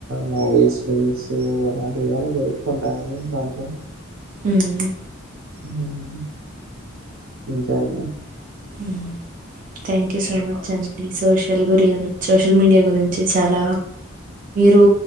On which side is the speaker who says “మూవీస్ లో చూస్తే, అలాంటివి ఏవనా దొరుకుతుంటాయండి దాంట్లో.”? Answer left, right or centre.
Right